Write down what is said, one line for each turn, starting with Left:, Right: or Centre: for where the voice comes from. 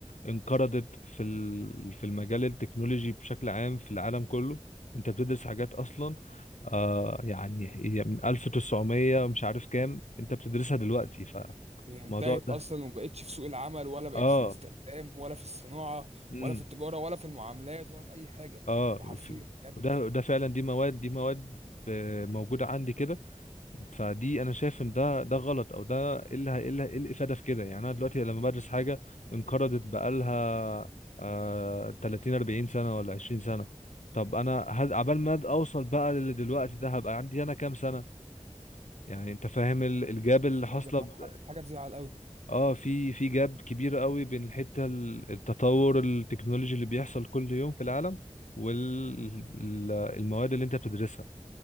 Left: انقرضت في ال- في المجال التكنولوجي بشكل عام في العالم كله انت بتدرس حاجات اصلا آه يعني هي من 1900 مش عارف كام انت بتدرسها دلوقتي فالموضوع
Right: هي انتهت اصلا
Left: ده
Right: وما بقتش في سوق العمل ولا بقت
Left: اه
Right: في الاستخدام ولا في الصناعه
Left: امم
Right: ولا في التجاره ولا في المعاملات ولا في اي حاجه
Left: اه
Right: ده حرفيا
Left: ف-
Right: بجد
Left: وده ده فعلا دي مواد دي مواد ب- موجودة عندي كده فدي انا شايف ان ده ده غلط او ده ايه اللي ايه اللي- إيه الافادة في كده يعني انا دلوقتي لما بدرس حاجة انقرضت بقالها آه 30 40 سنة ولا 20 سنة طب انا هد- عبال ما اوصل بقى للي دلوقتي ده هبقى عندي انا كام سنة يعني انت فاهم ال- الجاب اللي
Right: والله
Left: حاصله
Right: زي معاك حق حاجه تزعل قوي
Left: اه في في جاب كبير قوي بين الحته ال- التطور التكنولوجي اللي بيحصل كل يوم في العالم والمواد اللي انت بتدرسها